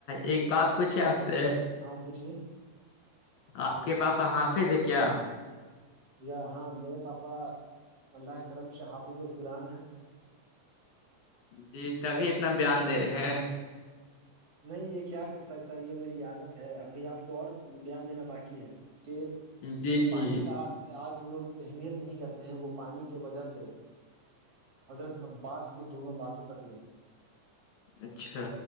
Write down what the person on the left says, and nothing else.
ایک بات پوچھے آپ سے
آپ کے پاپا حافظ ہے کیا
جی تبھی اتنا بیان دے رہے ہیں
جی
جی
اچھا